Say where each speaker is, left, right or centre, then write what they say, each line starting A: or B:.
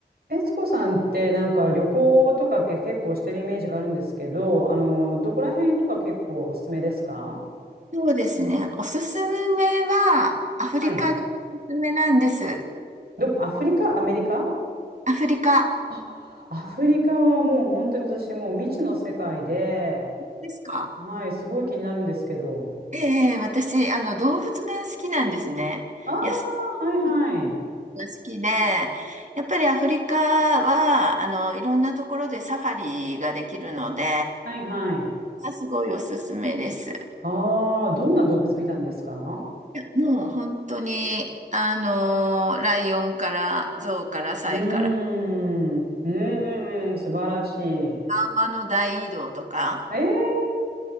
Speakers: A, on the right (about 65°); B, on the right (about 45°).
A: 悦子さんってなんか旅行とかけ結構してるイメージがあるんですけど、あの、どこら辺とか結構おすすめですか
B: そうですね。おすすめは、アフリカがおすすめなんです。
A: はい。どこ、アフリカアメリカ
B: アフリカ
A: あ、アフリカはもう本当に私もう未知の世界で、
B: ですか
A: はい、すごい気になるんですけど。
B: ええ、ええ私、あの、動物が好きなんですね。
A: ああ、
B: 野生
A: はいはい。
B: 動物が好きで、やっぱりアフリカは、あの、いろんなところでサファリができるので、
A: はいはい。
B: すごいおすすめです。
A: ああ、どんな動物見たんですか
B: もう本当に、あの、ライオンからゾウからサイから、
A: うーん、うーん、素晴らしい。え
B: 馬の大移動とか、
A: ー